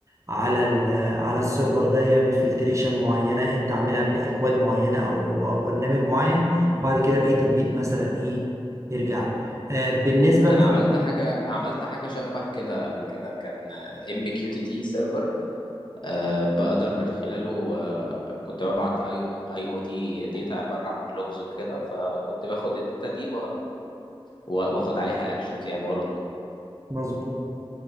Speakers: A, on the right; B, on the left.
A: على ال- على السيرفر ده يعمل فلتريشن معينة انت عاملها باكواد معينة او او برنامج معين وبعد كده بقية البيت مثلا ايه يرجع آه، بالنسبة
B: انا
A: انت
B: عملت حاجة عملت حاجة شبه كده قبل كده كان ام كيو تي تي سيرفر آه، بقدر من خلاله آه، كنت ببعت اي او تي داتا عبارة عن لوجز وكده فكنت باخد الداتا دي و- واخد عليها اكشنز يعني وارد
A: مظبوط